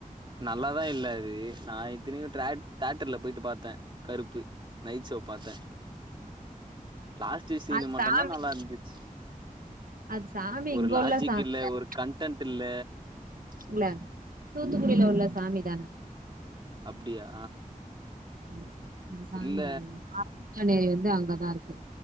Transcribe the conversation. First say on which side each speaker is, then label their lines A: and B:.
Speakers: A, on the right (about 35°); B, on the right (about 75°).
A: நல்லாதா இல்ல அது நா இத்தனக்கு தேட் தேட்டர்ல போயிட்டு பாத்த கருப்பு நைட் சோ பாத்த லாஸ்ட் சீனு
B: அது
A: மட்டுதான்
B: சாமி
A: நல்லா இருந்துச்சு
B: அது சாமி
A: ஒரு
B: இங்க
A: லாஜிக்
B: உள்ள சாமி
A: இல்ல
B: தான
A: ஒரு கன்டன்ட் இல்ல
B: இல்ல தூத்துக்குடியில உள்ள
A: ம்
B: சாமி தான
A: அப்டியா
B: ஆமா அந்த சாமி
A: இல்ல
B: <unintelligible> ஏறி வந்து அங்கதா இருக்கு